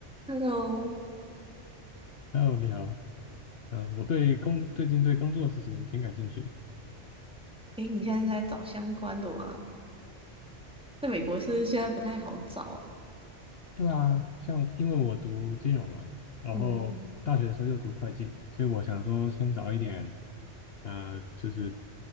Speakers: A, in the centre; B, on the left (about 60°).
A: Hello，
B: Hello，你好。嗯，我对工最近对工作的事情挺感兴趣。
A: 哎，你现在是在找相关的吗？在美国是不是现在不太好找？
B: 对啊，像因为我读金融嘛，然后大学的时候又读会计，
A: 嗯
B: 所以我想说先找一点，呃，就是